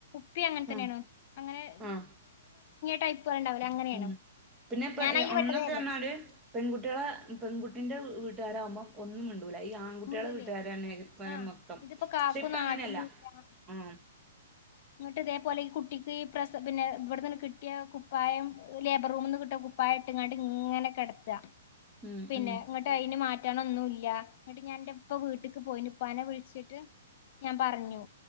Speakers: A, on the left (about 45°); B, on the right (about 15°).
A: പ്പി അങ്ങൻ തന്നെയാണോ
B: ആ
A: അങ്ങനെ
B: ആ
A: ടൈപ്പുകൾ ഉണ്ടാവൂലെ അങ്ങനെയാണ്
B: ഉം പിന്നെപ്പ
A: ഞാൻ അയില്
B: അന്നൊക്കെന്നാല്
A: പെട്ടതേ അല്ല
B: പെൺകുട്ടാളെ പെൺകുട്ടിന്റെ വീട്ടാരാകുമ്പം ഒന്നും ഇൻ ഈ ആൺകുട്ടാളെ
A: മുണ്ടൂലേ
B: വീട്ടുകാരന്നെ <unintelligible>
A: ആഹ്
B: മൊത്തം
A: ഇതിപ്പോ കാക്കു
B: പക്ഷെ ഇപ്പ
A: നാട്ടിലും
B: അങ്ങനെയല്ല
A: ഇല്ല
B: ആ
A: ഇങ്ങട്ട് ഇതേപോലെ ഈ കുട്ടിക്ക് ഈ പ്രസ പിന്നെ ഇവ്ടെന്ന് കിട്ടിയ കുപ്പായം ലേബർ റൂമ്ന്ന് കിട്ടിയ കുപ്പായം ഇട്ട്ങ്ങാണ്ട് ഇങ്ങനെ കെടക്കാ
B: ഉം
A: പിന്നെ
B: ഉം
A: ഇങ്ങട്ട് അയ്ന് മാ മാറ്റണംന്നുല്ല എന്നിട്ട് ഞാൻ എന്റെ ഇപ്പ വീട്ട്ക്ക് പോയിനു ഉപ്പാനെ വിൾച്ചിട്ട് ഞാൻ പറഞ്ഞു